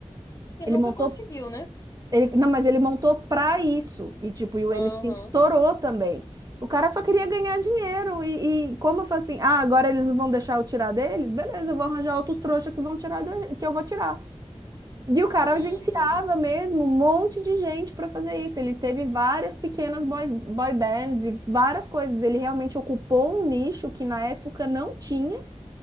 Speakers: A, on the left (about 30°); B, on the right (about 35°).
A: E
B: Ele
A: nunca
B: montou,
A: conseguiu, né?
B: ele, não, mas ele montou para isso. E tipo, e o
A: Uhum.
B: NSYNC estourou também. O cara só queria ganhar dinheiro e, e como eu falei assim, ah, agora eles não vão deixar eu tirar deles? Beleza, eu vou arranjar outros trouxas que vão tirar da- que eu vou tirar. E o cara
A: Uhum.
B: agenciava mesmo um monte de gente para fazer isso. Ele teve várias pequenas boys- boy, bands e várias coisas. Ele realmente ocupou um nicho que na época não tinha,